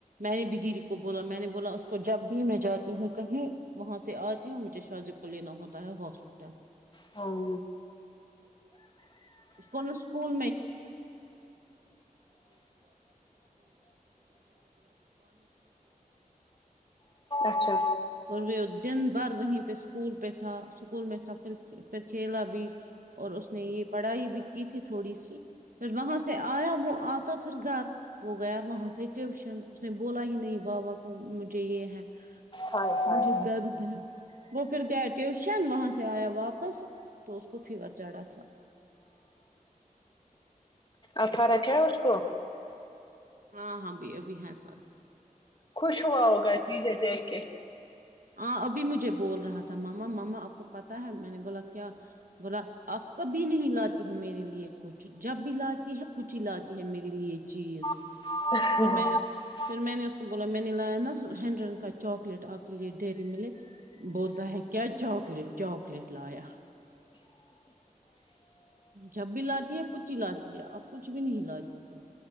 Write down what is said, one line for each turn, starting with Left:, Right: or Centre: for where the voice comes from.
Right: میں نے دی کو بولا میں نے بولا اس کو جب بھی میں جاتی ہوں کہیں وہاں سے آتی ہوں مجھے شاہ زب کو لینا ہوتا ہے ہاسپٹل
Left: ہاں
Right: <unintelligible> اور
Left: اچھا
Right: وہ دن بھر وہیں پہ اسکول پہ تھا اسکول میں تھا پھر پھر کھیلا بھی اور اس نے یہ پڑھائی بھی کی تھی تھوڑی سی پھر وہاں سے آیا وہ آتا پھر گھر وہ گیا وہاں سے ٹیوشن اس نے بولا ہی نہیں بابا کو مجھے یہ ہے
Left: ہائے ہائے
Right: مجھے درد ہے وہ پھر گیا ٹیوشن وہاں سے آیا واپس تو اس کو فیور چڑھا تھا
Left: اچھا رکھا ہے اس کو
Right: ہاں ہاں ب ابھی ہے پارک
Left: خوش ہوا ہوگا چیزیں دیکھ کے
Right: ہاں ابھی مجھے بول رہا تھا ماما ماما آپ کو پتا ہے میں نے بولا کیا بولا آپ کبھی نہیں لاتی ہو میرے لیے کچھ جب بھی لاتی ہے پچی لاتی ہے میرے لیے چیز
Left: <unintelligible>
Right: پھر میں نے اس پھر میں نے اس کو بولا میں نے لایا ن ہینڈرین کا چاکلیٹ آپ کے لیے ڈیری ملک بوزا ہے کیا چاکلیٹ چاکلیٹ لایا جب بھی لاتی ہے کچھ ہی لاتی ہے اب کچھ بھی نہیں لاتی ہے